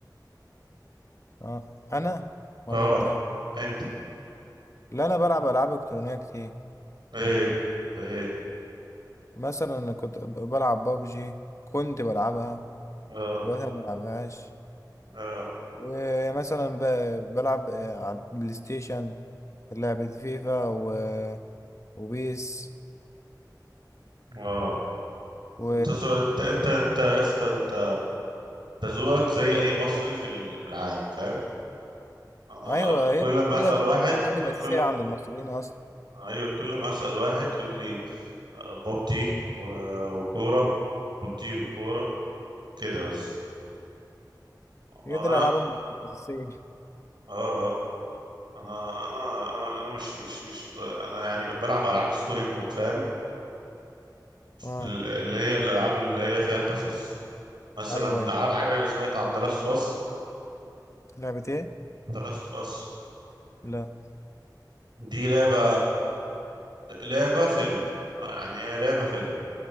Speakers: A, on the left; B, on the right.
A: اه انا ولا
B: اه
A: انت
B: انت
A: لا انا بلعب العاب الكترونيه كتير
B: ايه ايه
A: مثلا أنا كنت ب- بلعب بابجي كنت بلعبها
B: اه
A: دلوقتي ما بلعبهاش
B: اه
A: ومثلا ب- بلعب آه، على البلاي ستيشن لعبة فيفا و... وبيس
B: اه
A: و...
B: انت سو... انت انت انت يا اسطى انت انت ذوقك زي اي مصري في ال- في العالم فاهم انا
A: ايوه هي
B: كل ما
A: هي
B: اسال
A: دي
B: واحد
A: الالعاب الاساسيه
B: كل
A: عند المصريين اصلا
B: ايوه كل ما اسال واحد يقول لي آه، ببجي و... وكوره ببجي وكوره كده بس
A: هي
B: انا
A: دي الألعاب الم- الأساسية
B: اه اه انا انا انا انا مش مش مش انا يعني بلعب العاب ستوري مود فاهم
A: اه
B: ال- اللي هي الالعاب اللي هي فيها قصص مثلا
A: أيوه أيوه
B: ع- عارف سمعت عن ذا لاست اوف اس
A: لعبة إيه؟
B: ذا لاست اوف اس
A: لا
B: دي لعبة لعبة فيلم آه، يعني هي لعبة فيلم